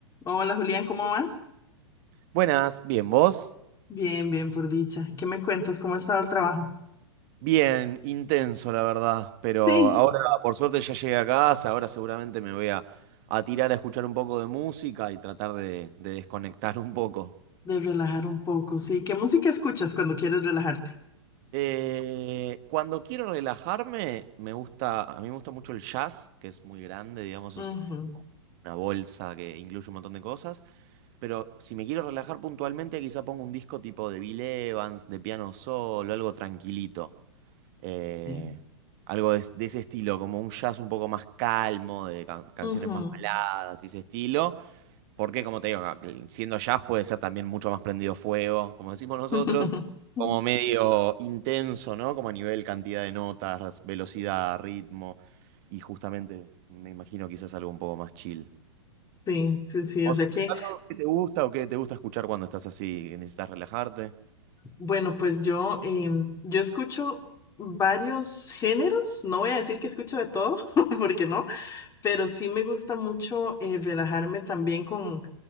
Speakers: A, on the left; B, on the right.
A: Hola Julián, ¿cómo vas?
B: Buenas, bien, ¿vos?
A: Bien, bien, por dicha. ¿Qué me cuentas? ¿Cómo ha estado el trabajo?
B: Bien, intenso la verdad, pero
A: Sí,
B: ahora por suerte ya llegué a casa, ahora seguramente me voy a, a tirar a escuchar un poco de música y tratar de, de desconectar un poco.
A: de relajar un poco, sí. ¿Qué música escuchas cuando quieres relajarte?
B: Eh, cuando quiero relajarme, me gusta, a mí me gusta mucho el jazz, que es muy grande, digamos,
A: Ujú,
B: es una bolsa que incluye un montón de cosas, pero si me quiero relajar puntualmente, quizá pongo un disco tipo de Bill Evans, de piano solo, algo tranquilito. eh,
A: sí.
B: algo de, de ese estilo, como un jazz un poco más calmo, de can- canciones
A: Ujú.
B: más baladas y ese estilo, porque como te digo, ca- siendo jazz puede ser también mucho más prendido fuego, como decimos nosotros,
A: <laughs>
B: como medio intenso, ¿no? Como a nivel cantidad de notas, velocidad, ritmo, y justamente me imagino quizás algo un poco más chill.
A: Sí, sí, sí.
B: ¿Vos
A: O sea
B: en
A: que,
B: tu caso, qué te gusta o qué te gusta escuchar cuando estás así, que necesitas relajarte?
A: bueno, pues yo, em, yo escucho varios géneros. No voy a decir que escucho de todo, <laughs> porque no, pero sí me gusta mucho eh, relajarme también con